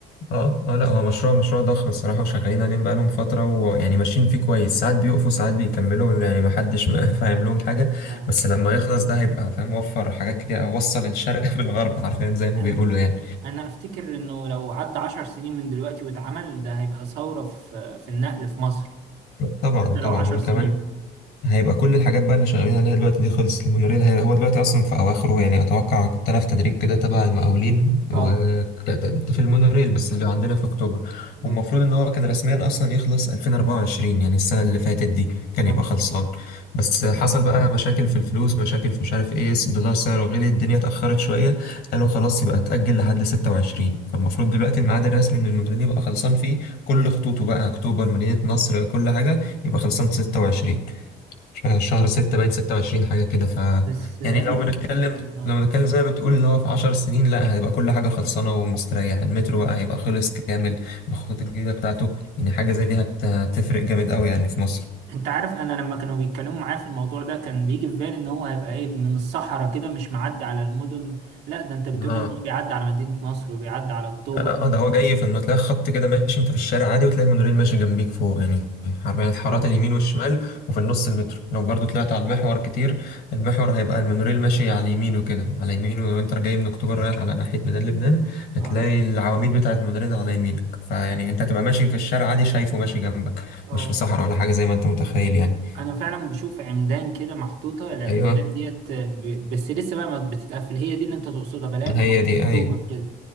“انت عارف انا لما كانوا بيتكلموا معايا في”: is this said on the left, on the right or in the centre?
Right